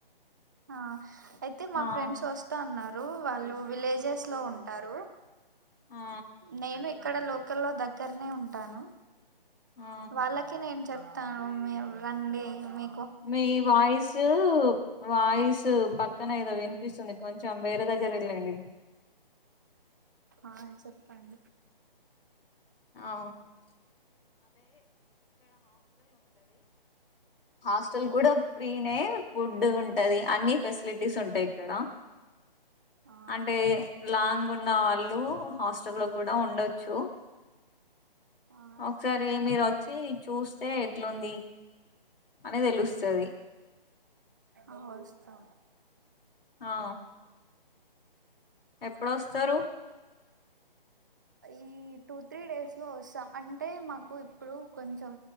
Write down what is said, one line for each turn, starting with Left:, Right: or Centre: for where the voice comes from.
Right: ఆ అయితే మా
Left: ఆ
Right: ఫ్రెండ్స్ వస్తా అన్నారు రు వాళ్ళు విలేజెస్ లో ఉంటారు.
Left: ఆ
Right: నేను ఇక్కడ లోకల్ లో దగ్గర్నే ఉంటాను.
Left: ఆ
Right: వాళ్ళకి నేన్ చెప్ తాను మీర్ రండి మీ
Left: మీ వాయిసు వాయిస్ దు పక్కన ఏదో వినిపిస్తుంది కొంచెం వేరే దగ్గర వెళ్ళండి
Right: ఆ చెప్పండి
Left: ఆ హాస్టెల్
Right: ఆ
Left: కూడా ఫ్రీనే ఫుడ్ ఉంటది అన్ని ఫెసిలిటీస్ ఉంటాయి ఇక్కడ
Right: ఆ
Left: అంటే లాంగ్ ఉన్న వాళ్ళు హాస్టల్ లో కూడా ఉండొచ్చు
Right: ఆ
Left: ఒకసారి మీరు వ వచ్చి చూస్తే ఎట్లుంది అని తెలుస్తుంది
Right: ఆ వస్తా
Left: ఆ ఎప్పుడుస్తారు
Right: ఈ టూ త్రీ డేస్ లో వస్తాం అంటే మాకు ఇప్పుడు కొంచెం